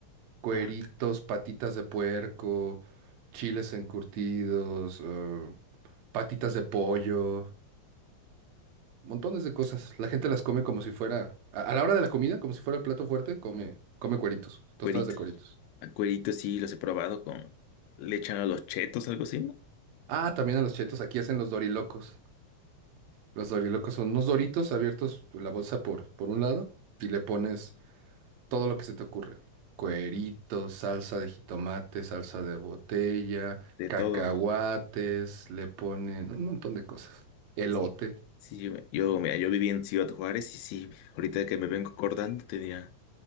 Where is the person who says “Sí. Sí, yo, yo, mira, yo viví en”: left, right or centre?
Left